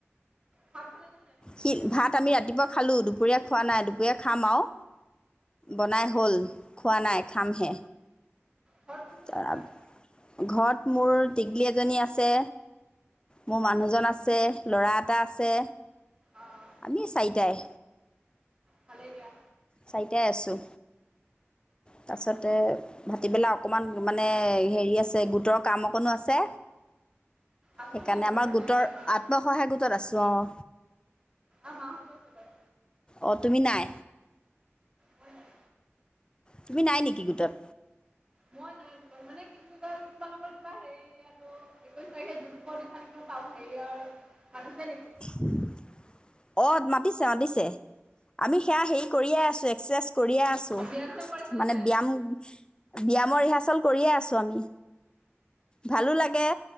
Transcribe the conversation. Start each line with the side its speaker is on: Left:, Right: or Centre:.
Right: ভাত খাল নে নাই?
Left: সি ভাত আমি ৰাতিপুৱা খালোঁ, দুপৰীয়া খোৱা নাই, দুপৰীয়া খাম আও। বনাই হ'ল, খোৱা নাই খামহে।
Right: ঘৰত কোন কোন
Left: তাপ
Right: আছে আৰু?
Left: ঘৰত মোৰ টিকলী এজনী আছে। মোৰ মানুহজন আছে, ল'ৰা এটা আছে,
Right: অ',
Left: আমি চাৰিটাই।
Right: ভালেই দিয়া।
Left: চাৰিটাই আছোঁ, তাপিছতে ভাতিবেলা অকণমান মানে হেৰি আছে, গোটৰ কাম অকণো আছে।
Right: আত্মসহায়ক
Left: সেইকাৰণে আমাৰ
Right: গোটত আছে
Left: গোটৰ
Right: নেকি আপোনালোক?
Left: আত্মসহায় গোটত আছো অঁ।
Right: আমা মাহঁতো আছে বাৰু।
Left: অঁ তুমি নাই?
Right: মই নাই।
Left: তুমি নাই নেকি গোটত?
Right: মই নাই গোটত মানে কি কি বুলি কয় তোমালোকৰ কিবা হেৰিয়াতো একৈশ তাৰিখে যুগ দিবসৰ দিনা খন কিবা পাম হেৰিয়াৰ মাটিচে নেকি?
Left: <inaudible> অত মাতিছে মাতিছে, আমি সেয়া হেৰি কৰিয়ে আছো এক্সাৰচাইজ কৰিয়ে ছো
Right: ব্যায়াম-চ্যাম কৰিছা নে
Left: মানে
Right: নাই?
Left: ব্যাম ব্যায়াম ৰিহাৰ্চেল কৰিয়ে আছো আমি, ভালো লাগে।